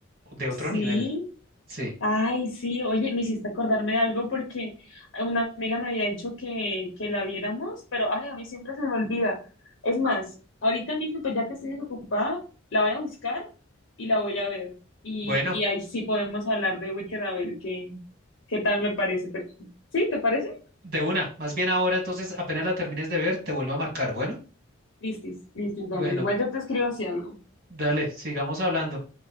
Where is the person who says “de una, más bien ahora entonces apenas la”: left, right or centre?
Right